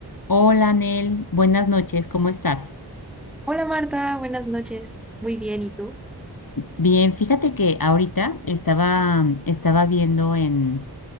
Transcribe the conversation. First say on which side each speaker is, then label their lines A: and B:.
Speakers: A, on the left; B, in the centre.
A: Hola, Nel, buenas noches, ¿cómo estás?
B: Hola Marta, buenas noches. Muy bien, ¿y tú?
A: Bien, fíjate que ahorita estaba, estaba viendo en,